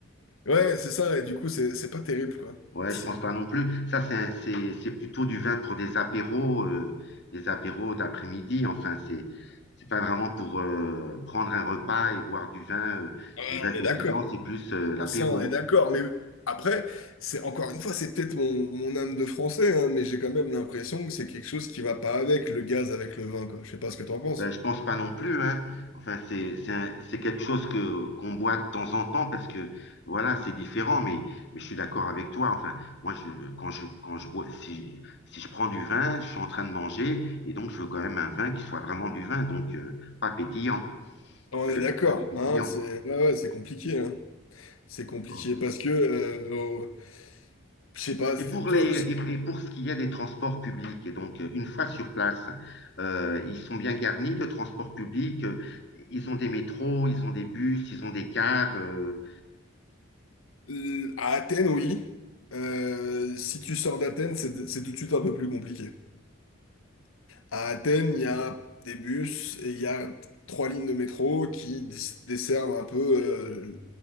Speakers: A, on the left (about 80°); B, on the left (about 55°).
A: Ouais, c'est ça, et du coup, c'est c'est pas terrible, quoi.
B: Ouais,
A: C'est...
B: je pense pas non plus. Ça, c'est un- c'est c'est plutôt du vin pour des apéros, euh, des apéros d'après-midi. Enfin, c'est c'est pas vraiment pour euh, prendre un repas et boire du vin, euh,
A: Ah,
B: du vin
A: on
B: pétillant.
A: est d'accord.
B: C'est plus euh, l'apéro.
A: Ça, on est d'accord. Mais après, c'est encore une fois, c'est peut-être mon, mon âme de français, hein, mais j'ai quand même l'impression que c'est quelque chose qui va pas avec le gaz, avec le vin, quoi. Je sais pas ce que t'en penses.
B: Ben, je pense pas non plus, hein. Enfin, c'est c'est un- c'est quelque chose que qu'on boit de temps en temps parce que voilà, c'est différent. Mais mais je suis d'accord avec toi. Enfin, moi, je quand je quand je bois, si si je prends du vin, je suis en train de manger et donc je veux quand même un vin qui soit vraiment du vin, donc euh, pas pétillant.
A: On
B: Euh,
A: est d'accord,
B: pas du pétillant.
A: hein, c'est ouais, ouais, c'est compliqué, hein. C'est compliqué
B: Ok.
A: parce que, euh, au- je sais pas, c'est-
B: Et pour
A: toi,
B: les, et, et pour ce qui est des transports publics, et donc euh, une fois sur place, euh, ils sont bien garnis de transports publics. euh, Ils ont des métros, ils ont des bus, ils ont des cars. euh,
A: euh, à Athènes, oui. Euh, si tu sors d'Athènes, c'est c'est tout de suite un peu plus compliqué. À Athènes, il y a des bus et il y a trois lignes de métro qui dis- desservent un peu euh,